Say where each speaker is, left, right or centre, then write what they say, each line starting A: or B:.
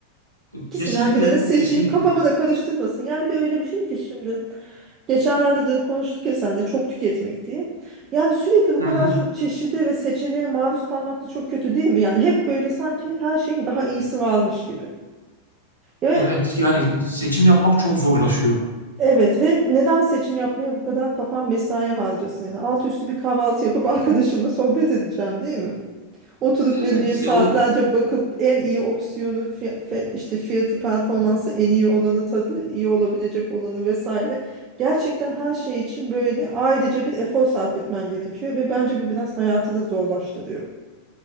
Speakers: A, on the right (about 30°); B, on the right (about 90°).
A: İkisinden
B: Kesinlikle,
A: birini seçeyim
B: kesinlikle.
A: kafamı da karıştırmasın. Ya bir de öyle bir şey ki şimdi. Geçenlerde de konuştuk ya sen de çok tüketmek diye. Yani sürekli
B: Hı
A: bu kadar
B: hı.
A: çok çeşide ve seçeneğe maruz kalmak da çok kötü değil mi? Yani hep böyle sanki her şeyin daha iyisi varmış gibi. Ve
B: Evet, yani seçim yapmak çok zorlaşıyor.
A: evet ve neden seçim yapmaya bu kadar kafam mesai harcasın yani alt üstü bir kahvaltı yapıp <laughs> arkadaşımla sohbet edeceğim değil mi? Oturup
B: Evet,
A: menüye saatlerce
B: o,
A: bakıp en iyi opsiyonu fiy- fe- işte fiyatı performansı en iyi olanı tadı iyi olabilecek olanı vesaire. Gerçekten her şey için böyle ayrıca bir efor sarf etmen gerekiyor ve bence bu biraz hayatı da zorlaştırıyor.